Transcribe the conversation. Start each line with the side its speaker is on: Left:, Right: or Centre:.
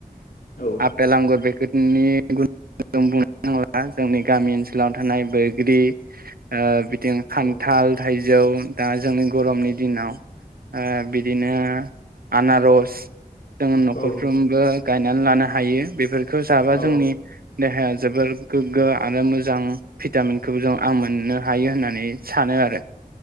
Left: औ
Right: आपेल आंगुर बे <unintelligible> नङा जोंनि गामि ओनसोलाव थानाय बैग्रि ओ खान्थाल
Left: औ
Right: थाइ जौ दा जोंनि गरमनि दिनाव ओ बिदिनो आनारस जों नखरफ्रोमबो
Left: औ
Right: गायनानै लानो हायो बेफोर खौ जाबा
Left: औ
Right: जोंनि देहाया जोबोर गोग्गो आरो मोजां भिटामिनखौबो जों आं मोननो हायो होननानै सानो आरो